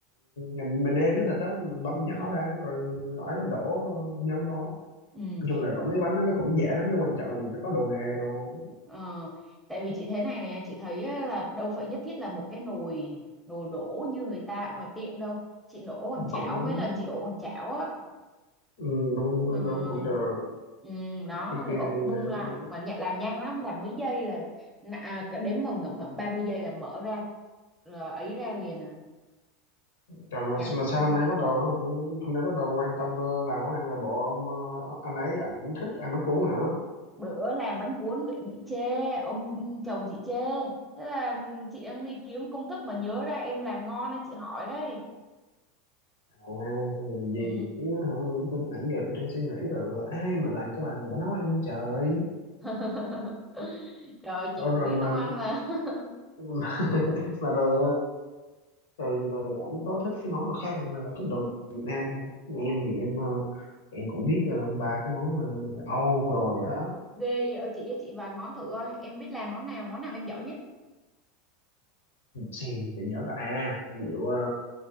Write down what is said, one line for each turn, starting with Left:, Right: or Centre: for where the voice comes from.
Left: mình mình nêm cái thịt đó mình băm
Centre: ừ
Left: nhỏ ra rồi ấy đổ ờ, nhân thôi
Centre: ừ
Left: nói chung là đổ mấy cái bánh đó nó cũng dễ lắm nhưng quan trọng là mình phải có đồ nghề đồ
Centre: ờ, tại vì chị thế này này chị thấy á, là đâu phải nhất thiết là một cái nồi nồi đổ như người ta ở ngoài tiệm đâu chị đổ bằng chảo
Left: cũng nóng
Centre: mấy lần chị đổ bằng chảo á
Left: ừ, đúng đúng đúng
Centre: ờ,
Left: đúng cũng được
Centre: ừ, đó
Left: cái
Centre: rồi
Left: kia
Centre: úp
Left: thì
Centre: bung
Left: ờ,
Centre: lại mà nhận làm nhanh lắm làm mấy giây là nà- à, cả đếm mà ngậm ngậm 30 giây là mở ra rồi ấy ra liền à
Left: trời mà
Centre: tráng
Left: mà
Centre: bọng
Left: sao hôm
Centre: thôi
Left: nay bắt đầu ờ, hôm nay bắt đầu quan tâm ờ, làm món ăn là bộ ông ờ, anh ấy ảnh thích ăn bánh cuốn hả
Centre: bữa làm bánh cuốn bị, bị chê ông chồng chị chê thế là chị đang đi kiếm công thức mà nhớ ra em làm ngon nên chị hỏi đấy
Left: À, nhìn gì
Centre: ừ.
Left: chứ hả? Tôi nãy giờ tôi đang suy nghĩ là ai mà làm cho bà này bà nấu ăn vậy trời
Centre: <laughs> trời ơi, chị
Left: Ủa
Centre: cũng
Left: rồi
Centre: biết
Left: mà
Centre: nấu ăn mà <laughs>
Left: <laughs> mà rồi ờ, rồi rồi ảnh có thích cái món nào khác không hay là thích đồ Việt Nam thôi Như em thì em ờ, em cũng biết ờ, ba cái món ờ, Âu đồ nữa đó
Centre: ghê vợ chị với chị vài món thử coi em biết làm món nào món nào em giỏi nhất
Left: Để xem để nhớ có à nhiều ờ,